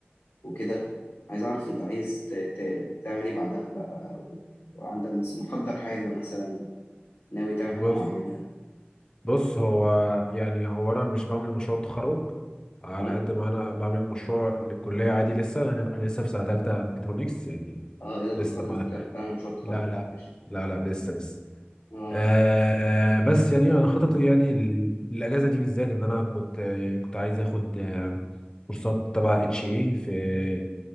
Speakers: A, on the left; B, on the left.
A: وكده عايز أعرف أنت عايز ت... ت... تعمل إيه بعدها بقى و... وعندك مس- محضر حاجة مثلا ناوي تعمل
B: بص
A: حاجة معينة
B: بص هو يعني هو انا مش بعمل مشروع تخرج على
A: أه؟
B: قد ما انا بعمل مشروع للكليه عادي لسه انا أنا لسه في سنه ثالثه ميكاترونكس يعني
A: أه إذا
B: لسه
A: كنت فاكر
B: ما
A: أنت بتعمل مشروع تخرج
B: لا لا
A: ماشي.
B: لا لا لسه لسه
A: أه
B: آه بس يعني انا خططي يعني ال- الاجازه دي بالذات ان انا كنت آه، كنت عايز اخد آه، كورسات تبع اتش اي في